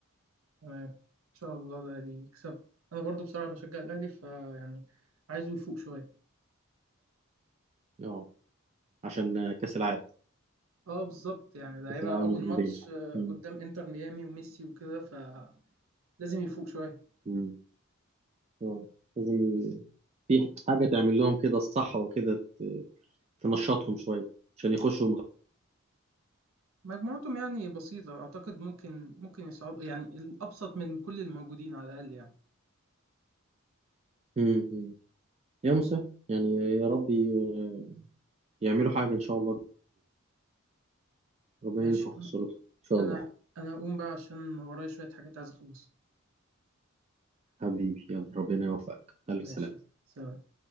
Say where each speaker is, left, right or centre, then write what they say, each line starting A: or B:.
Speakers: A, on the right; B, on the right.
A: تمام ان شاء الله ده اللي يكسب انا برضو بصراحة بشجع الاهلي فيعني عايزه يفوق شوية
B: اه عشان آه، كاس العالم
A: اه بالظبط يعني ده
B: كاس
A: هيبقى
B: العالم
A: اول
B: للانديه
A: ماتش آه،
B: مم.
A: قدام انتر ميامي وميسي وكده فلازم يفوق شوية
B: مم. اه لازم ي- في حاجه تعمل لهم كده الصح وكده تنشطهم شويه عشان يخشوا مت...
A: مجموعتهم يعني بسيطة أعتقد ممكن ممكن يصعد يعني الأبسط من كل الموجودين على الأقل يعني
B: مم. مم. يا مسهل يعني يا رب ي- يعملوا حاجه ان شاء الله ربنا
A: ماشي
B: ينفخ في صورتهم ان شاء
A: أنا
B: الله
A: أنا أقوم بقى عشان ورايا شوية حاجات عايز أخلصها
B: حبيبي يلا ربنا يوفقك الف
A: ماشي
B: سلامه
A: سلام